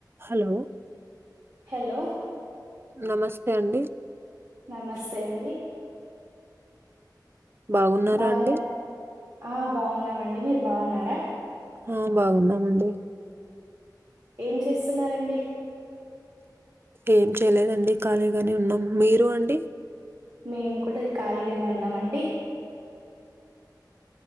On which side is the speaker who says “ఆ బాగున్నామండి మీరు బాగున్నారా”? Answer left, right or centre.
Right